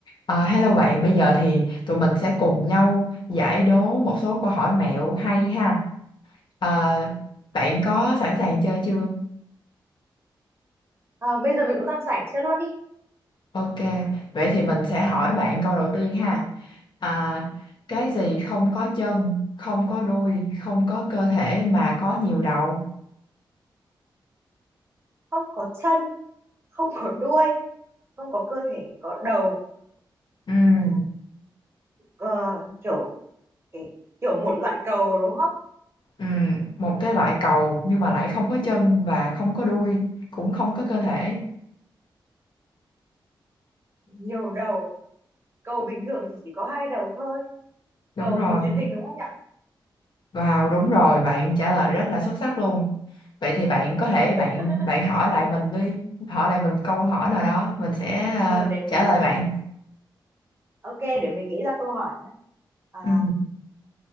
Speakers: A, on the left; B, on the right.
A: À, hello bạn, bây giờ thì tụi mình sẽ cùng nhau giải đố một số câu hỏi mẹo hay ha. À, bạn có sẵn sàng chơi chưa?
B: Ờ, bây giờ mình cũng đang rảnh chơi luôn đi.
A: Ok, vậy thì mình sẽ hỏi bạn câu đầu tiên ha. À, cái gì không có chân, không có đuôi, không có cơ thể mà có nhiều đầu?
B: Không có chân, không có đuôi, không có cơ thể, có đầu.
A: Ừm,
B: À, ờ, kiểu cái kiểu một loại cầu đúng không?
A: ừm, một cái loại cầu nhưng mà lại không có chân và không có đuôi, cũng không có cơ thể.
B: Nhiều đầu. Cầu bình thường thì chỉ có hai đầu thôi.
A: Đúng
B: Cầu
A: rồi.
B: cầu truyền hình đúng không nhỉ?
A: Wow, đúng rồi, bạn trả lời rất là xuất sắc luôn. Vậy thì bạn có thể
B: <laughs>
A: bạn bạn hỏi lại mình đi, hỏi lại mình một câu hỏi nào đó, mình sẽ ờ,
B: Ờ, để mình
A: trả lời
B: nghĩ.
A: bạn.
B: Ok, để mình nghĩ ra câu hỏi nhé. À,
A: Ừ.